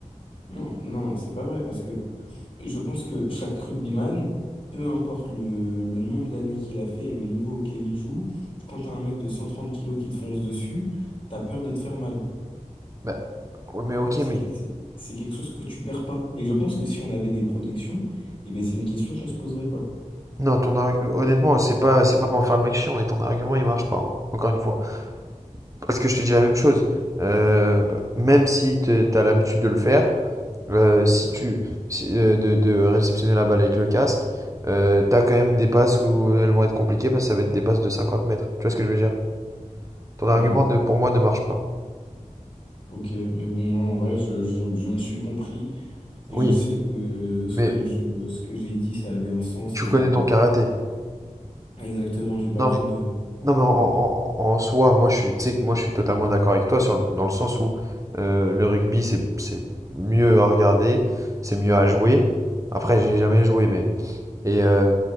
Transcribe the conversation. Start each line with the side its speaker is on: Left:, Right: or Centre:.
Left: non, non, non, c'est pas vrai, parce que je pense que chaque rugbyman, peu importe le, le nombre d'années qu'il a fait et le niveau auquel il joue, quand t'as un mec de 130 kilos qui te fonce dessus, t'as peur de te faire mal.
Right: Bah, ouais, mais ok,
Left: C'est
Right: mais...
Left: que- c'est- c'est quelque chose que tu perds pas. Et je pense que si on avait des protections, eh ben c'est une question qu'on se poserait pas.
Right: Non, ton arg- honnêtement, c'est pas, c'est pas pour faire le mec chiant, et ton argument, il marche pas, hein, encore une fois. Parce que je te dis la même chose. Euh, même si tu as l'habitude de le faire, euh, si tu, si- euh, de, de réceptionner la balle avec le casque, euh, t'as quand même des passes où elles vont être compliquées parce que ça va être des passes de 50 mètres. Tu vois ce que je veux dire? Ton argument,
Left: Ouais,
Right: ne, pour moi, ne marche pas.
Left: ok, mais bon, moi en vrai, je, je, je me suis compris et
Right: Oui,
Left: je sais que euh, ce
Right: mais
Left: que je, ce que j'ai dit, ça avait un sens
Right: tu
Left: et
Right: connais ton karaté.
Left: exactement, j'ai pas
Right: Non,
Left: besoin de.
Right: Non, mais en, en- en soi, moi je suis, tu sais que moi je suis totalement d'accord avec toi sur, le- dans le sens où euh, le rugby c'est c'est mieux à regarder, c'est mieux à jouer. Après, j'ai jamais joué, mais et, euh,